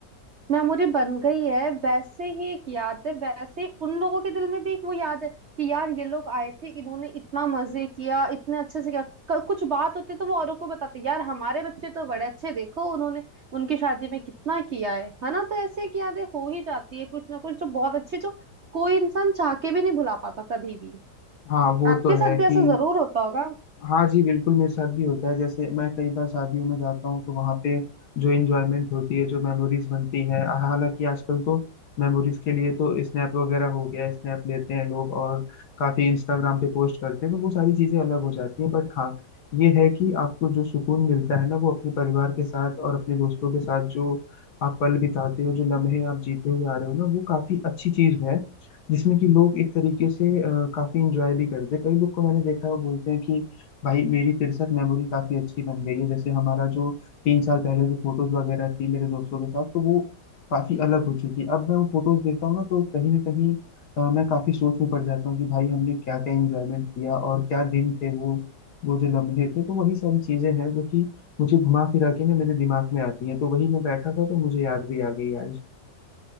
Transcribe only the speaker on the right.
मेमोरी बन गई है वैसे ही एक याद है वैसे ही उन लोगों के दिल में भी एक वो याद है कि यार ये लोग आए थे इन्होंने इतना मजे किया इतने अच्छे से किया क- कुछ बात होती तो वो औरों को बताते यार हमारे बच्चे तो बड़े अच्छे देखो उन्होंने उनकी शादी में कितना किया है है ना तो ऐसे एक यादें हो ही जाती है कुछ ना कुछ जो बहुत अच्छी जो कोई इंसान चाह के भी नहीं भुला पाता कभी भी
आपके
साथ
भी ऐसा जरूर होता होगा